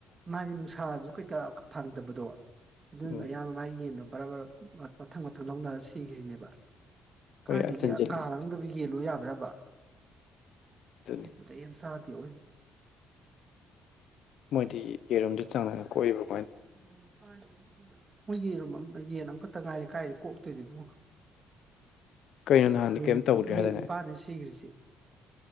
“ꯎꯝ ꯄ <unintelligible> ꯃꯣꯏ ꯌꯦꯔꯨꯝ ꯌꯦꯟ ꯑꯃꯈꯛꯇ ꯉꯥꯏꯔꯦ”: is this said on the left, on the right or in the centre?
Right